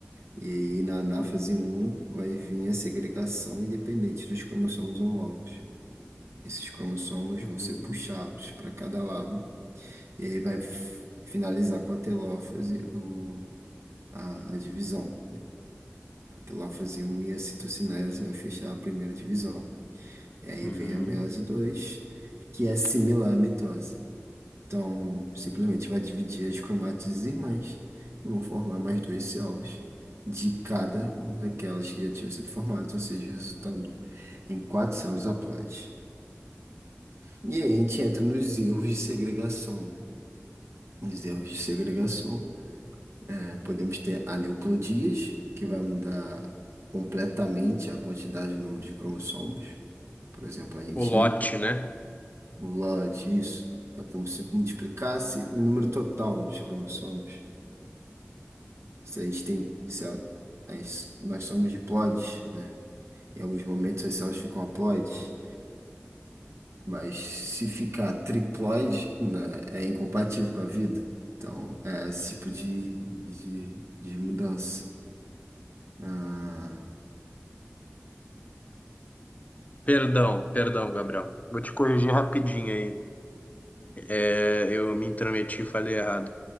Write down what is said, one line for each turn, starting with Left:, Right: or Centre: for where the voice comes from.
Right: E aí, na anáfase um vai vir a segregação independente dos cromossomos homólogos. Esses cromossomos
Left: uhum,
Right: vão ser puxados para cada lado, e aí vai f- finalizar com a telófase, o, a a divisão. que lá fazia um iacitocinese ao fechar a primeira divisão. E aí
Left: uhum.
Right: vem a meiose 2, que é similar à mitose. Então, simplesmente vai dividir as cromátides irmãs e vão formar mais duas células de cada uma daquelas que já tinham sido formadas, ou seja, resultando em quatro células haploides. E aí a gente entra nos erros de segregação. né? Nos erros de segregação, eh, podemos ter aneuploidias, que vai mudar completamente a quantidade e o número de cromossomos. Por exemplo, a gente,
Left: O lote, né?
Right: o lote, isso, é como se multiplicasse o número total dos cromossomos. Se a gente tem, se a- as- nós somos diploides, né? Em alguns momentos as células ficam haploides, mas se ficar triploide, né, é incompatível com a vida. Então, é esse tipo de, de, de mudança. Ah,
Left: Perdão, perdão, Gabriel. Vou te corrigir rapidinho aí. É, eu me intrometi e falei errado.